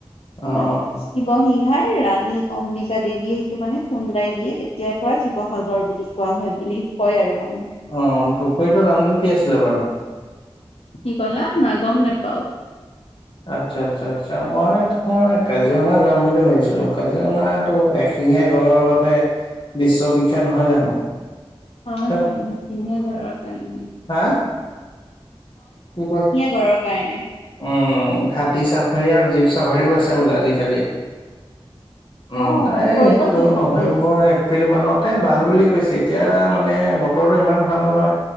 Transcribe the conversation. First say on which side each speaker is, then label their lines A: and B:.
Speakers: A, on the left; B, on the left.
A: অ
B: মানে শিৱসিং হাৰ ৰাণী অম্বিকা দেৱীয়ে সেইটো মানে খোন্দাই দিয়ে তেতিয়াৰ পৰা শিৱসাগৰ বুলি কোৱা হয় বুলি কয় আৰু মানে
A: অ পুখুৰীটোৰ নামটো কি আছিলে বাৰু
B: কি কলা নাই গম নেপাও
A: আচ্ছা আচ্ছা আচ্ছা মই তোমাৰ কাজিৰঙা যাম বুলি ভাবিছিলো কাজিৰঙাটো এশিঙীয়া গঁড়ৰৰ বাবে বিশ্ববিখ্যয়াত নহয় জানো
B: হয়
A: তাত
B: হয় এঙীয়া গড়ৰৰ কাৰণে বি
A: হা কি কয়
B: গঁড়ৰ কাৰণে।
A: উম হাতী চাফাৰী আৰু যি চাভাৰিও আছে বোলে আজিকালি উম
B: অ
A: এই
B: কৰিবা
A: এইটো
B: জানো
A: নৱেম্বৰ
B: তুমি?
A: এপ্ৰিল মানতে ভাল বুলি কৈছে এতিয়া মানে বতৰটো ইমান ভাল নহয়